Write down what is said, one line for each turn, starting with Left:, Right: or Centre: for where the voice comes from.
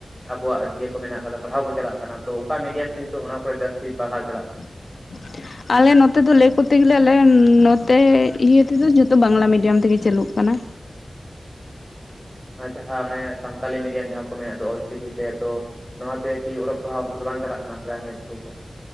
Centre: ᱟᱵᱚᱣᱟᱜ ᱤᱭᱟᱹ ᱠᱚ ᱢᱮᱱᱟᱜ ᱠᱟᱫᱟ, ᱯᱟᱲᱦᱟᱣ ᱠᱚ ᱪᱟᱞᱟᱜ ᱠᱟᱱᱟ, ᱛᱚ ᱚᱠᱟ ᱢᱤᱰᱤᱭᱟᱢ ᱛᱮ? ᱠᱤᱱᱛᱩ ᱚᱱᱟ ᱠᱚᱨᱮ ᱡᱟᱹᱥᱛᱤ ᱯᱟᱲᱦᱟᱣ ᱪᱟᱞᱟᱜ ᱠᱟᱱᱟ?
Left: <inaudible> <unintelligible> ᱟᱞᱮ ᱱᱚᱛᱮ ᱫᱚ ᱞᱟᱹᱭ ᱠᱚᱨᱛᱮ ᱜᱮᱞᱮ, ᱟᱞᱮ ᱱᱚᱛᱮ ᱤᱭᱟᱹ ᱛᱮᱫᱚ ᱡᱚᱛᱚ, ᱵᱟᱝᱞᱟ ᱢᱤᱰᱤᱭᱟᱢ ᱛᱮᱜᱮ ᱪᱟᱹᱞᱩᱜ ᱠᱟᱱᱟ᱾
Centre: ᱟᱨ ᱡᱟᱦᱟᱸ ᱚᱱᱮ ᱥᱟᱱᱛᱟᱞᱤ ᱢᱤᱰᱤᱭᱟᱢ, ᱡᱟᱦᱟᱸ ᱠᱚ ᱢᱮᱱᱮᱜ ᱫᱚ ᱚᱞᱪᱤᱠᱤᱛᱮ ᱛᱚ ᱱᱚᱶᱟᱛᱮ ᱠᱤ ᱚᱞᱚᱜ ᱯᱟᱲᱦᱟᱣ ᱚᱱᱛᱮ, ᱫᱚ ᱵᱟᱝ ᱪᱟᱞᱟᱜ ᱠᱟᱱᱟ, ᱯᱨᱟᱭᱢᱟᱨᱤ ᱤᱥᱠᱩᱞ ᱨᱮ?